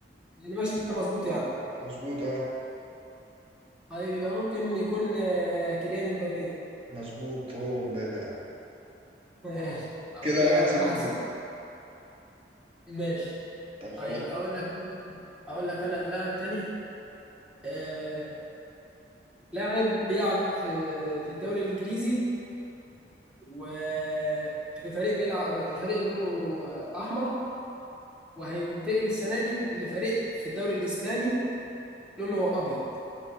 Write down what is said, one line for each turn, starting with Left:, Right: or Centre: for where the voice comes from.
Centre: أنا ماشي كده مظبوط يعني
Right: مظبوط اه
Centre: طيب يبقى ممكن يكون آه، كيليان امبابي
Right: مظبوط هو مبابي يعني
Centre: ماشي طب
Right: كده
Centre: كده
Right: واحد صفر
Centre: واحد
Right: ليك
Centre: صفر ماشي
Right: طب خلاص
Centre: طيب هقول لك أنا هقول لك أنا لاعب تاني آه لاعب بيلعب في في الدوري الإنجليزي وفي فريق بيلعب في فريق لونه أحمر وهينتقل السنة دي لفريق في الدوري الإسباني لونه أبيض